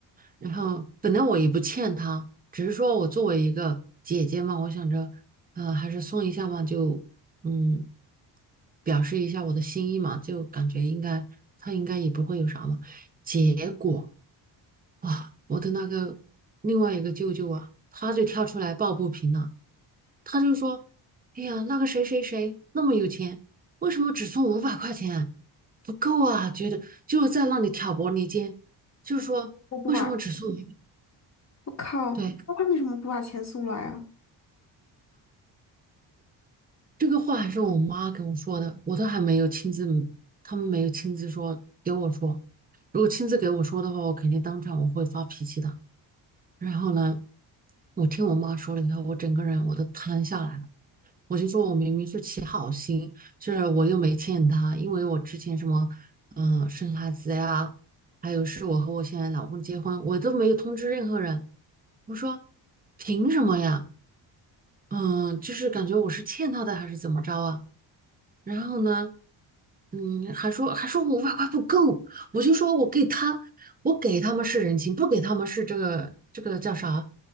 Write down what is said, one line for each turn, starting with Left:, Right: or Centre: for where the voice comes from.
Right: 然后本来我也不欠他，只是说我作为一个姐姐嘛，我想着呃还是送一下嘛，就嗯表示一下我的心意嘛，就感觉应该他应该也不会有啥嘛。结果啊，我的那个另外一个舅舅啊，他就跳出来抱不平了。他就说：“哎呀，那个谁谁谁那么有钱，为什么只送五百块钱啊不够啊！觉得就是在那里挑拨离间，就是说为什么只送你？
Left: 我不把，我靠，
Right: 对，
Left: 那他为什么不把钱送来啊？
Right: 这个话还是我妈给我说的，我都还没有亲自，他们没有亲自说给我说。如果亲自给我说的话，我肯定当场我会发脾气的。然后呢，我听我妈说了以后，我整个人我都瘫下来了。我就说我明明是起好心，是我又没欠他，因为我之前什么，嗯、生孩子呀，还有是我和我现在老公结婚，我都没有通知任何人。我说凭什么呀？嗯，就是感觉我是欠他的还是怎么着啊？然后呢，嗯，还说还说我五百块不够，我就说我给他，我给他们是人情，不给他们是这个这个叫啥